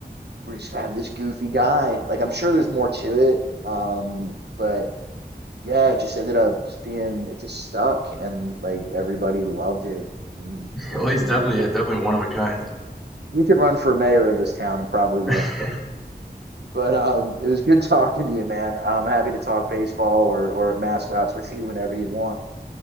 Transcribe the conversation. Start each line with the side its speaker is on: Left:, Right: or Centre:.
Right: we're just gonna have this goofy guy. Like I'm sure there's more to it. Um, but yeah, it just ended up just being it just stuck and like everybody loved it. And you
Centre: Well,
Right: know,
Centre: he's
Right: now
Centre: definitely
Right: now
Centre: yeah, definitely one of a kind.
Right: you could run for mayor of this town and probably win.
Centre: <laughs>
Right: But um, it was good <laughs> talking to you, man. I'm happy to talk baseball or or mascots with you whenever you want.